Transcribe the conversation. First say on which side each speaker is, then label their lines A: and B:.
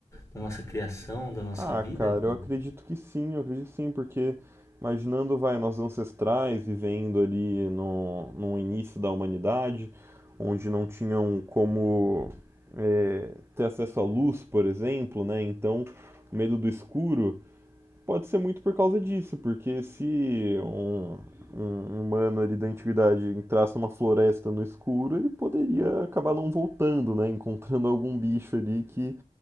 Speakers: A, on the left (about 25°); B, on the right (about 20°).
A: da nossa criação, da nossa
B: Ah,
A: vida?
B: cara,
A: cara?
B: eu acredito que sim, eu acredito que sim, porque imaginando, vai, nossos ancestrais vivendo ali no, no início da humanidade, onde não tinham como é, ter acesso à luz, por exemplo, né? Então, o medo do escuro pode ser muito por causa disso, porque se um, um um humano ali da antiguidade entrasse numa floresta no escuro, ele poderia acabar não voltando, né? Encontrando algum bicho ali que